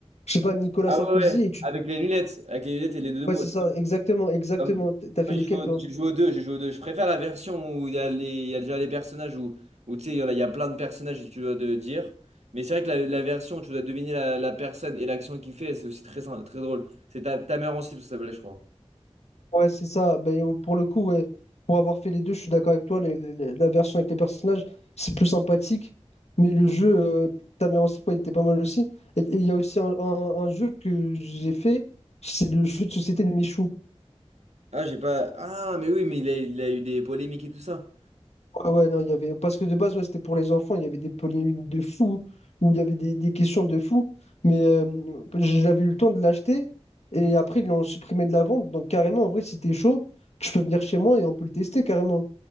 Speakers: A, on the left; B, on the right.
A: je sais pas, Nicolas
B: Ah
A: Sarkozy
B: ouais, ouais,
A: et tu
B: avec les lunettes, avec les lunettes et les deux
A: Ouais,
B: mots.
A: c'est ça, exactement, exactement.
B: Euh, moi,
A: T- T'as fait
B: J'ai
A: lesquels,
B: joué,
A: toi?
B: au j'ai joué aux deux, j'ai joué aux deux. Je préfère la version où il y a les, il y a déjà les personnages où, où tu sais, il y en a il y a plein de personnages et tu dois de dire. Mais c'est vrai que la, la version où tu dois deviner la, la personne et l'action qu'il fait, c'est aussi très, sy- très drôle. C'est ta, ta mère aussi, parce que ça s'appelait, je crois.
A: Ouais, c'est ça. Ben, euh, pour le coup, ouais, pour avoir fait les deux, je suis d'accord avec toi. les- les- les- la version avec les personnages, c'est plus sympathique. Mais le jeu, euh, ta mère en slip, ouais, il était pas mal aussi. Et et il y a aussi un, un- un jeu que j'ai fait, c'est le jeu de société de Michou.
B: Ah, j'ai pas. Ah, mais oui, mais il a, il a eu des polémiques et tout ça.
A: Ah ouais, non, il y avait... Parce que de base, ouais, c'était pour les enfants, il y avait des polémiques de fou, où il y avait des, des questions de fou, mais euh, j'avais eu le temps de l'acheter, et après, ils l'ont supprimé de la vente, donc carrément, en vrai, si t'es chaud, je peux venir chez moi et on peut le tester carrément.